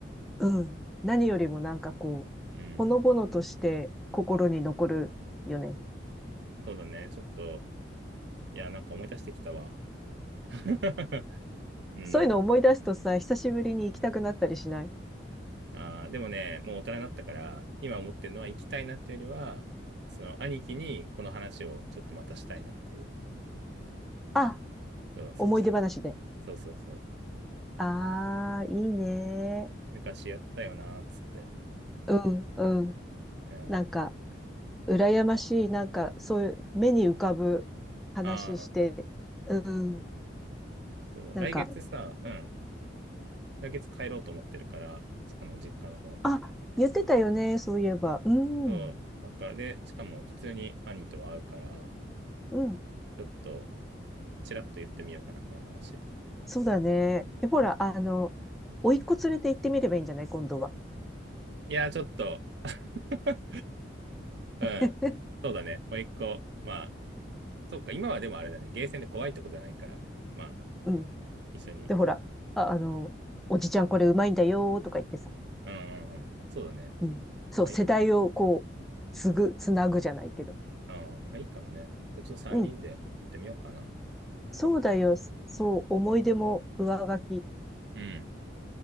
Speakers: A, in the centre; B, on the right.
A: うん。何よりもなんかこう、
B: うん、
A: ほのぼのとして心に残るよね。
B: そうだね。ちょっと、いや、なんか思い出してきたわ。<laughs> うん。
A: そういうの思い出すとさ、久しぶりに行きたくなったりしない
B: あーでもね、もう大人になったから、今思ってるのは行きたいなっていうよりは、その兄貴にこの話をちょっとまたしたいなっていう。
A: あ、
B: そう、そっちだね。
A: 思い出話で。
B: そうそうそう。
A: ああ、いいね。
B: 昔やったよなーっつって。
A: うん、うん。
B: うん。
A: なんか、羨ましい、なんか、そういう目に浮かぶ話して、
B: ああ、
A: うん。
B: そう。
A: なんか、
B: 来月さ、うん。来月帰ろうと思ってるから、あの、実家の方に。
A: あ、言ってたよね、そういえば。うん、
B: そう。だから、で、しかも普通に兄とは会うから、
A: うん。
B: ちょっと、ちらっと言ってみようかな、この話。
A: そうだね。で、ほら、あの、甥っ子連れて行ってみればいいんじゃない今度は。
B: いやー、ちょっと <laughs>
A: <laughs>
B: うん。そうだね。甥っ子。まあ、そっか、今はでもあれだね。ゲーセンで怖いとこじゃないから、まあ、
A: うん。
B: 一緒に行こうか
A: で、ほら、あ、あの、おじちゃんこれうまいんだよーとか言ってさ。
B: な。うんうんうん。そうだね。
A: うん。そう、
B: あい、
A: 世代をこう、つぐ、つなぐじゃないけど。
B: うん、あ、いいかもね。ちょっと3人で行ってみようかな。
A: うん。そうだよ。そう、思い出も上書き。
B: うん。